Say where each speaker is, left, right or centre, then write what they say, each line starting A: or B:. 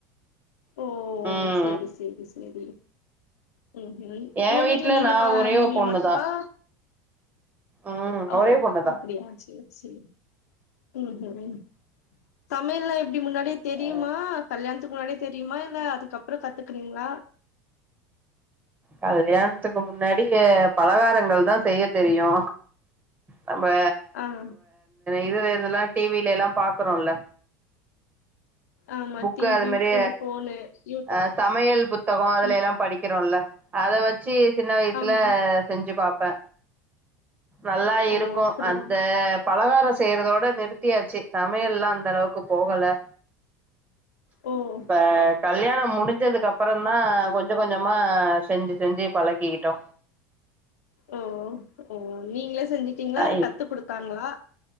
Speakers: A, on the left (about 85°); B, on the right (about 20°).
A: ஓ
B: ம்
A: சேரி சேரி சேரி ம்ஹும்
B: ஏ
A: உங்க வீட்ல நீங்க
B: நா
A: மா
B: ஒரே
A: நீங்க
B: ஒரு பொண்ணுதா
A: மட்டுமா
B: ம்
A: ஓ
B: ஒரே பொண்ணுதா
A: அப்டியா சேர் சேரி உம்ஹு சமையல்லா எப்டி முன்னாடியே தெரியுமா
B: அ
A: கல்யாணத்துக்கு முன்னாடியே தெரியுமா இல்ல அதுக்குக்கப்றொ கத்துக்குனீங்ளா
B: கல்யாணத்துக்கு முன்னாடி பலகாரங்கள் தா செய்ய தெரியு நம்ம
A: ஆ ம்
B: இது இதெல்லா டிவிலெல்லா பாக்குறோல்ல
A: ஆமா
B: புக்கு
A: டிவி
B: அது மாரி
A: இந்த ஃபோனு யூடியூப்
B: ஆ சமையல் புத்தகொ அதுல
A: ம்
B: எல்லா படிக்கிறோல்ல அத வச்சு சின்ன வயசுல
A: ஆமா
B: செஞ்சு பாப்பே நல்லா
A: ஓ
B: இருக்கு
A: அப்டியா
B: அந்த பலகாரொ செய்யறதோட நிறுத்தியாச்சு சமையல்லாஅந்த அளவுக்கு போகல
A: ம்
B: ஆ கல்யாணொ முடிஞ்சுதுக்கு அப்பரந்தா கொஞ்ச கொஞ்சமா செஞ்சு செஞ்சு பழகிக்கிட்டோ
A: ஓ ஓ நீங்களே செஞ்சுட்டீங்ளா
B: ஆ
A: இல்ல கத்து குடுத்தாங்ளா